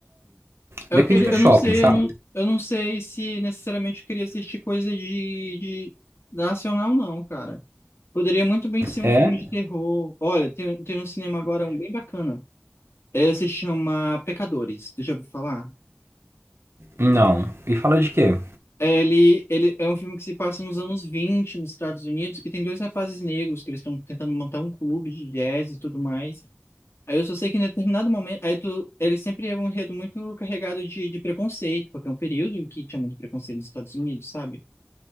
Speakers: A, on the left (about 80°); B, on the right (about 80°).
A: Eu
B: depende
A: queria,
B: do
A: eu
B: shopping,
A: não sei,
B: sabe?
A: eu não, eu não sei se necessariamente eu queria assistir coisa de, de nacional, não, cara. Poderia muito bem ser um
B: É?
A: filme de terror. Olha, tem, tem um cinema agora um bem bacana. É, se chama Pecadores. Tu já eu falar.
B: Não. E fala de quê?
A: É, ele, ele é um filme que se passa nos anos 20 nos Estados Unidos, que tem dois rapazes negros que eles estão tentando montar um clube de jazz e tudo mais. Aí eu só sei que em determinado momento, aí tu, ele sempre é um enredo muito carregado de, de preconceito, porque é um período em que chamam de preconceito nos Estados Unidos, sabe?